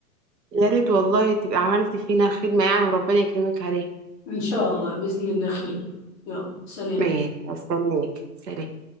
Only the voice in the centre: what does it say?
ان شاء الله باذن الله خير يلا سلام